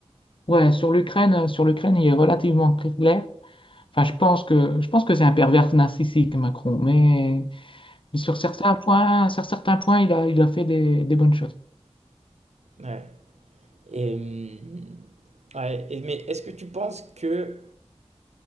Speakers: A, on the left; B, on the right.
A: Ouais, sur l'Ukraine, euh, sur l'Ukraine, il est relativement clair. Enfin, je pense que, je pense que c'est un pervers narcissique, Macron, mais, mais sur certains points, sur certains points, il a, il a fait des des bonnes choses.
B: Ouais. Et, hum, ouais. Et- mais est-ce que tu penses que